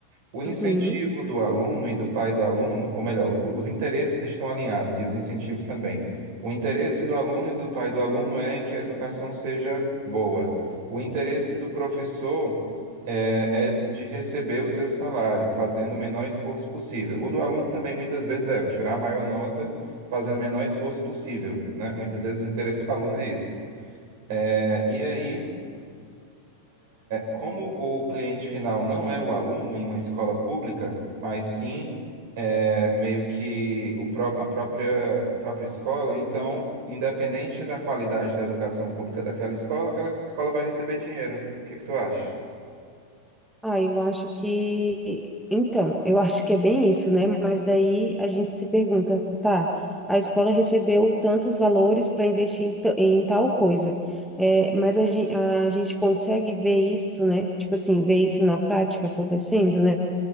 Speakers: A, on the right; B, in the centre.
A: O incentivo
B: Uhum.
A: do aluno e do pai do aluno, ou melhor, o- os interesses estão alinhados e os incentivos também. O interesse do aluno e do pai do aluno é em que a educação seja boa. O interesse do professor é, é de receber o seu salário, fazendo o menor esforço possível. O do aluno também muitas vezes é tirar a maior nota, fazendo o menor esforço possível, né? Muitas vezes o interesse do <laughs> aluno é esse. É, e aí como o cliente final não é o aluno em uma escola pública, mas sim é, meio que o pró- a própria, a própria escola, então, independente da qualidade da educação pública daquela escola, aquela escola vai receber dinheiro. O que que tu acha?
B: Ah, eu acho que. Então, eu acho que é bem isso, né? Mas daí a gente se pergunta, tá? A escola recebeu tantos valores para investir em, ta- em tal coisa, é, mas a gente, a gente consegue ver isso, né? Tipo assim, ver isso na prática acontecendo, né?